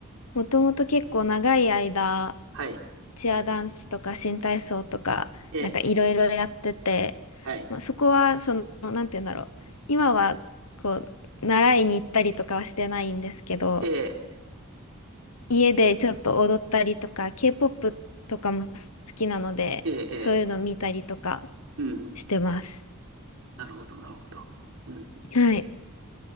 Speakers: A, on the left (about 85°); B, on the right (about 75°).
A: もともと結構長い間、
B: はい。
A: チアダンスとか新体操とか、
B: ええ、
A: なんかいろいろやってて、
B: はい。
A: まあ、そこは、その、なんて言うんだろう。今は、こう、習いに行ったりとかはしてないんですけど、
B: ええ、
A: 家でちょっと踊ったりとか、K-POP とかも好きなので、
B: ええ、ええ
A: そういうの見たりとか
B: うん、うん。
A: してます。
B: なるほど、なるほど。うん。
A: はい。